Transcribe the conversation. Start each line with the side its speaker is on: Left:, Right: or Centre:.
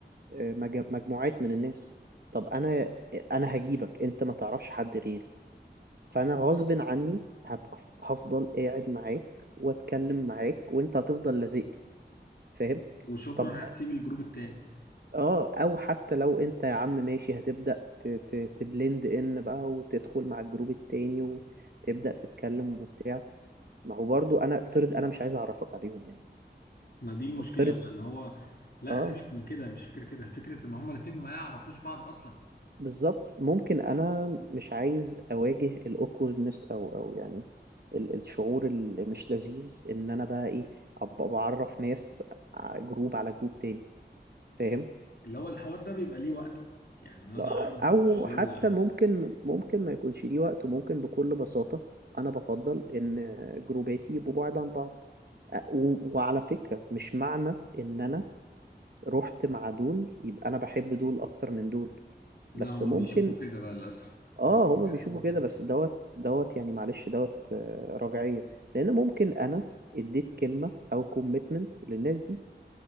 Right: مج- مجموعات من الناس طب انا انا هجيبك انت ما تعرفش حد غيري فانا غصب عني هبقى ف- هفضل قاعد معاك واتكلم معاك وانت هتفضل لازق لي فاهم
Left: وشكرا
Right: طب
Left: هتسيب الجروب التاني
Right: اه او حتى لو انت يا عم ماشي هتبدأ ت- ت- تبلند ان بقى وتدخل مع الجروب التاني وتبدأ تتكلم وبتاع ما هو برضو انا افترض انا مش عايز اعرفك عليهم يعني
Left: ما دي المشكله
Right: افترض
Left: بقى اللي هو لا
Right: اه
Left: سيبك من كده مش فكره كده فكره ان هم الاتنين ما يعرفوش بعض اصلا
Right: بالظبط ممكن انا مش عايز اواجه الاوكوردنس او او يعني ال- الشعور اللي مش لذيذ ان انا بقى ايه ابقى بعرف ناس ع- جروب على جروب تاني فاهم
Left: اللي هو الحوار ده بيبقى ليه وقته يعني إن انا
Right: لا
Left: اعرف
Right: او
Left: الشله
Right: حتى ممكن ممكن ما يكونش ليه وقت وممكن بكل بساطة انا بفضل ان جروباتي يبقوا بعاد عن بعض أ- و- وعلى فكرة مش معنى ان انا رحت مع دول يبقى انا بحب دول اكتر من دول
Left: لا
Right: بس
Left: هما
Right: ممكن
Left: بيشوفوا كده بقى للأسف
Right: اه
Left: هما بيحسبوها
Right: هما بيشوفوا كده
Left: كده
Right: بس دوت دوت يعني معلش دوت آه، رجعية لان ممكن انا اديت كلمة او كوميتمنت للناس دي